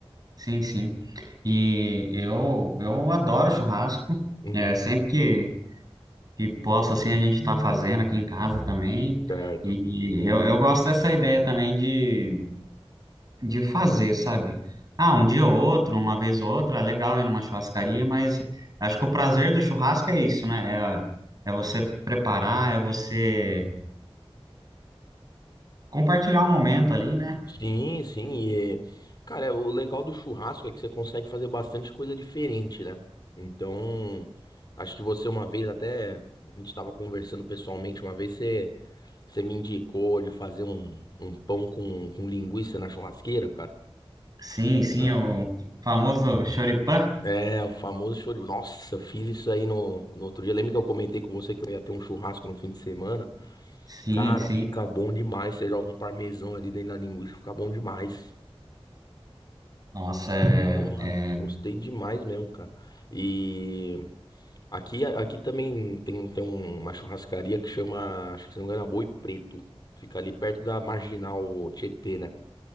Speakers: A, on the right; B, on the left.
A: Sim, sim. E eu, eu adoro churrasco.
B: Uhum.
A: É, sempre que, que posso, assim, a gente tá fazendo aqui em casa também.
B: Certo.
A: E eu, eu gosto dessa ideia também de, de fazer, sabe? Ah, um dia ou outro, uma vez ou outra, é legal ir numa churrascaria, mas acho que o prazer do churrasco é isso, né? É, é você preparar, é você compartilhar um momento ali, né?
B: Sim, sim. E, cara, o legal do churrasco é que você consegue fazer bastante coisa diferente, né? Então, acho que você uma vez até, a gente estava conversando pessoalmente uma vez, você, você me indicou de fazer um, um pão com, com linguiça na churrasqueira, cara,
A: Sim, sim,
B: né?
A: o famoso choripã.
B: É, o famoso show de... Nossa, eu fiz isso aí no, no outro dia. Lembra que eu comentei com você que eu ia ter um churrasco no fim de semana?
A: Sim,
B: Cara,
A: sim.
B: fica bom demais. Você joga um parmesão ali dentro da linguiça, fica bom demais.
A: Nossa, é.
B: Porra,
A: é
B: gostei demais mesmo, cara. E aqui, aqui também tem, tem um, uma churrascaria que chama, acho que se não me engano, é Boi Preto. Fica ali perto da Marginal Tietê, né?